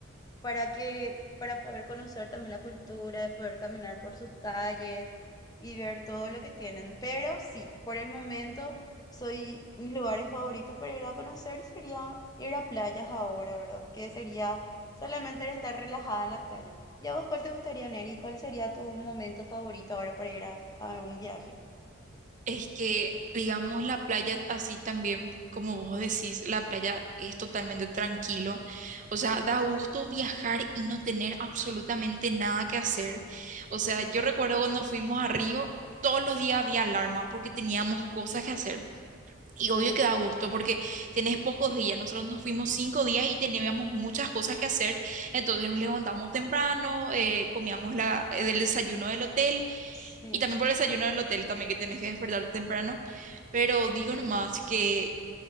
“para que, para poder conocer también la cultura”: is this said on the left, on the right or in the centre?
Left